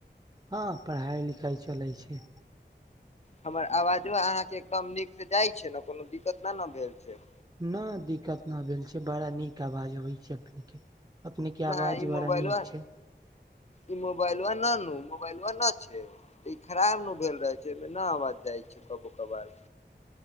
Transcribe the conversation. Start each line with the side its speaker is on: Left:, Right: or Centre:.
Right: हँ पढ़ाइ लिखाइ चलै छै
Left: हमर आवाजो अहाँके एकदम नीकसँ जाइ छै ने कोनो दिक्कत न न भेल छै
Right: नहि दिक्कत न भेल छै बड़ा नीक आवाज अबै छै अपने के अपने के
Left: नहि
Right: आवाज
Left: ई
Right: बड़ा
Left: मोबाइलबा
Right: नीक छै
Left: ई मोबाइलबा न नू मोबाइलबा न अच्छा ई खराब ने भेल रहै छै एहिमे नहि आवाज जाइ छै कबो कभार